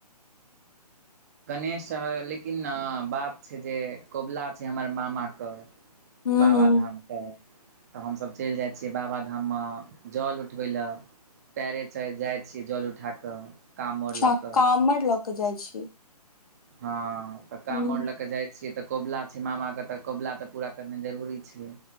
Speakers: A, on the right (about 25°); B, on the left (about 65°).
A: गणेश सर लेकिन न बाप छैय जे कबुला छैय हमरा मामाके
B: हूँ
A: बाबाधाम
B: हूँ
A: तऽ तऽ हमसभ चलि जाइ छियै बाबाधाममे जल उठबै लए पैरे च जाइ छीयै जल उठा कऽ कामोर
B: छा
A: लऽ कऽ
B: कामड़ लऽ के जाइ छी
A: हँ तऽ कामड़
B: हूँ
A: ल क जाइ से तऽ कोबला छै मामाके तऽ कोबला तऽ पूरा करनाइ जरूरी छै